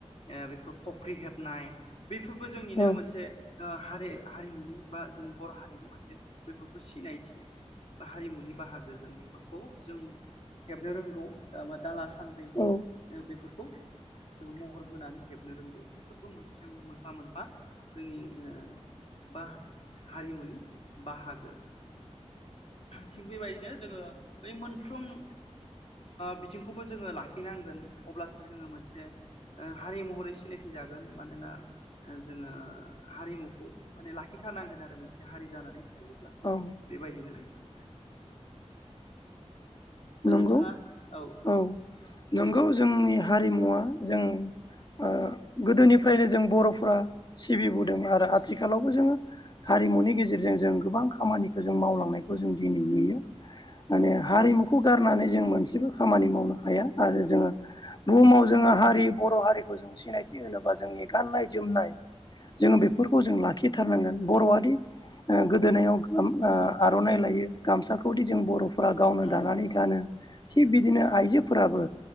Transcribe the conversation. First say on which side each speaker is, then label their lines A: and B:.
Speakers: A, on the left; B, on the left.
A: ओ बेफोर खफ्रि हेबनाय बेफोरबो जोंनिनो
B: औ
A: मोनसे ओ हारि हारिमु। बा जोंनि बर' हारिनि मोनसे बैफोरबो सिनायथि। बा हारिमुनि बाहागो जों बेफोरखौ जों हेबनो रोंगौ दा दाला सान बै
B: औ
A: ओ बेफोरखौ जोङो महर होनानै हेबनो रोंगौ बेफोरबो मोनसे मोनफा मोनफा जोंनि ओ बा हारिमुनि बाहागो। थिग बेबायदिनो जोङो बै मोनफ्रोम बिथिंखौबो जोङो लाखिनांगोन अब्लासो जोङो मोनसे हारि महरै सिनायथि जागोन मानोना ओ जोङो हारिमुखौ माने लाखिथारनांगोन आरो मोनसे हारि जानानै थायोब्ला।
B: औ
A: बेबायदिनो नोंथां ओमफ्राय
B: नंगौ
A: नोंथाङा औ
B: औ
A: बुंदो
B: नंगौ
A: नोंथां
B: जोंनि हारिमुवा जों ओ गोदोनिफ्रायनो जों बर'फ्रा सिबिबोदों आरो आथिखालावबो जोङो हारिमुनि गेजेरजों जों गोबां खामानिखौ जों मावलांनायखौ जों दिनै नुयो। माने हारिमुखौ गारनानै जों मोनसेबो खामानि मावनो हाया आरो जोङो बुहुमाव जोङो हारि बर' हारिखौ जों सिनायथि होनोबा जोंनि गाननाय जोमनाय जोङो बेफोरखौ जों लाखिथारनांगोन बर'आदि ओ गोदोनायाव आर'नाइ लायो गामसाखौदि जों बर' गावनो
A: औ
B: दानानै गानो थिग
A: नंगौ
B: बिदिनो आइजो फोराबो